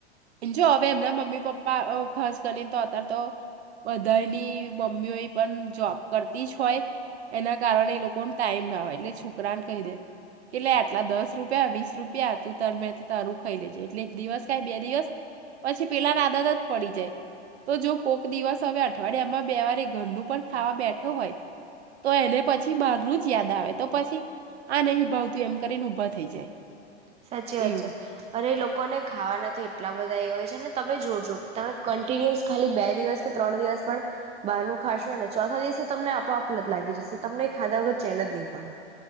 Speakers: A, on the right; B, on the right.
A: જો હવે એમના મમ્મી પપ્પા ખાસ કરીને તો અત્યારે તો બધાની મમ્મીઓ પણ જોબ કરતી જ હોય એના કારણે એ લોકો ને ટાઈમ ના હોય એટલે છોકરાને કહી દે કે લે આટલા દસ રૂપિયા વીસ રૂપિયા તું તરમે તારું ખાઈ લેજે એટલે એક દિવસ કે બે દિવસ પછી પેલાને આદત જ પડી જાય તો જો કોક દિવસ હવે અઠવાડિયામાં બે વારે ઘરનું પણ ખાવા બે હોય તો એને પછી બહારનું જ યાદ આવે તો પછી આ નહી ભાવતું એમ કરીને ઊભા થઈ જાય
B: સાચી વાત
A: એવું.
B: છે અરે લોકો લોકોને ખાવાના એટલા બધા એ હોય છે અનેને તમે જોજો તમે કન્ટિન્યુઅસ ખાલી બે દિવસ કે ત્રણ દિવસ પણ બહાર ન ખાશો અનેને ચોથા દિવસે તમને આપોઆપ જ લત લાગી જશે તમને ખાધા વગર ચેન જ નહીં પડે